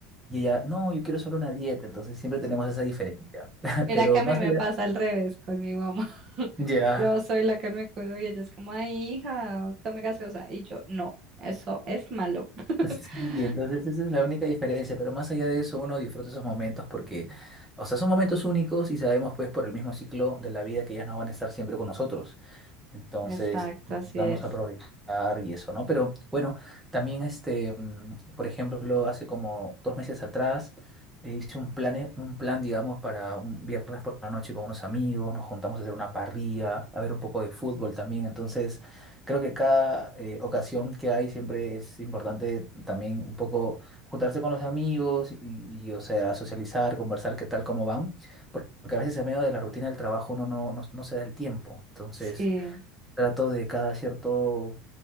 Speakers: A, in the centre; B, on the right (about 30°).
A: Y ella, no, yo quiero solo una dieta. Entonces siempre tenemos esa diferencia. <laughs>
B: Mira
A: Pero
B: que a mí
A: más
B: me
A: allá,
B: pasa al revés con mi mamá. <laughs>
A: ya.
B: Yo soy la que me cuido y ella es como, ay, hija, tome gaseosa. Y yo, no, eso es malo. <laughs>
A: Sí, entonces esa es la única diferencia. Pero más allá de eso, uno disfruta esos momentos porque, o sea, son momentos únicos y sabemos pues por el mismo ciclo de la vida que ellas no van a estar siempre con nosotros. Entonces,
B: Exacto,
A: vamos
B: así es.
A: a aprovechar y eso, ¿no? Pero bueno, también este, mm, por ejemplo, hace como dos meses atrás eh, hice un plan, un plan, digamos, para un viernes por la noche con unos amigos, nos juntamos a hacer una parrilla, a ver un poco de fútbol también. Entonces, creo que cada eh, ocasión que hay siempre es importante también un poco juntarse con los amigos y, y, o sea, socializar, conversar qué tal, cómo van, porque a veces en medio de la rutina del trabajo uno no, no no se da el tiempo. Entonces...
B: Sí.
A: Trato de cada cierto,